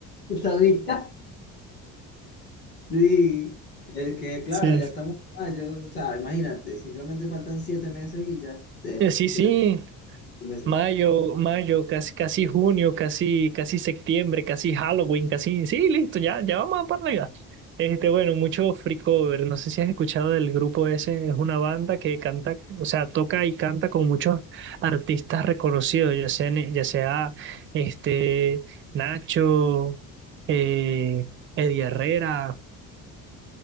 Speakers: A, on the left (about 30°); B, on the right (about 35°).
A: <laughs> ¿sabía? Sí. Es que, claro,
B: Sí.
A: ya estamos en mayo. O sea, imagínate, simplemente faltan siete meses y ya. eh,
B: Eh, Sí,
A: siete
B: sí,
A: meses.
B: Mayo, mayo, casi, casi junio, casi, casi septiembre, casi Halloween, casi. Sí, listo, ya, ya vamos para Navidad. Este, bueno, mucho free cover. No sé si has escuchado del grupo ese. Es una banda que canta, o sea, toca y canta con muchos artistas reconocidos, ya sea, ya sea este, Nacho, eh, Eddie Herrera